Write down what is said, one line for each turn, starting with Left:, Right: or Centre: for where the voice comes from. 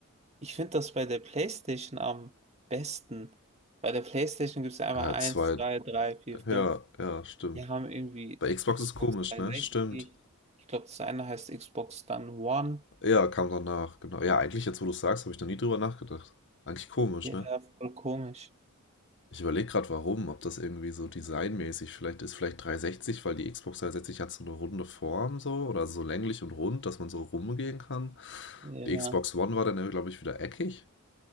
Right: Ich finde das bei der PlayStation am besten. Bei der PlayStation gibt es einmal
Left: Ja,
Right: eins,
Left: zwei.
Right: 2, 3, 4, fünf.
Left: Ja, ja, stimmt.
Right: Wir haben irgendwie
Left: Bei Xbox
Right: Xbox
Left: ist komisch,
Right: 360.
Left: ne? Stimmt.
Right: Ich glaube, das eine heißt Xbox dann One.
Left: Ja, kam danach, genau. Ja, eigentlich, jetzt wo du sagst, habe ich noch nie drüber nachgedacht. Eigentlich komisch,
Right: Ja,
Left: ne?
Right: voll komisch.
Left: Ich überlege gerade, warum, ob das irgendwie so designmäßig vielleicht ist. Vielleicht 360, weil die Xbox 360 hat so eine runde Form so oder so länglich und rund, dass man so rumgehen kann.
Right: Ja,
Left: Die Xbox One war dann, glaube ich, wieder eckig.